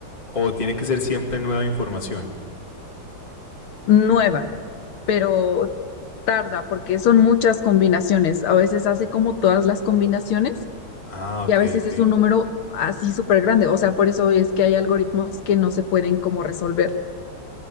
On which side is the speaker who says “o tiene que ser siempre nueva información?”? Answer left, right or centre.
Left